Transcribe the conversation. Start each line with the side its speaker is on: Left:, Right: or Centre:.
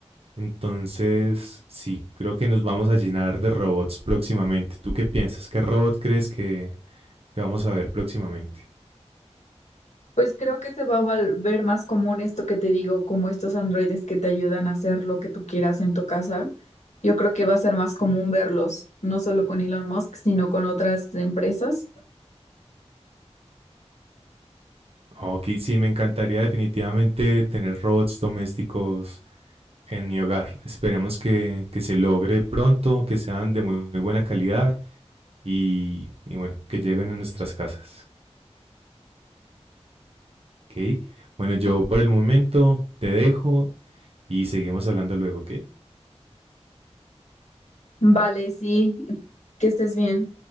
Right: Entonces, sí, creo que nos vamos a llenar de robots próximamente. ¿Tú qué piensas? ¿Qué robot crees que, que vamos a ver próximamente?
Left: Pues creo que se va a val- ver más común esto que te digo, como estos androides que te ayudan a hacer lo que tú quieras en tu casa. Yo creo que va a ser más común verlos, no solo con Elon Musk, sino con otras empresas.
Right: Ok, sí, me encantaría definitivamente tener robots domésticos en mi hogar. Esperemos que, que se logre pronto, que sean de muy, muy buena calidad y, y bueno, que lleguen a nuestras casas. Ok, bueno, yo por el momento te dejo y seguimos hablando luego, ¿ok?
Left: Vale, sí, que estés bien.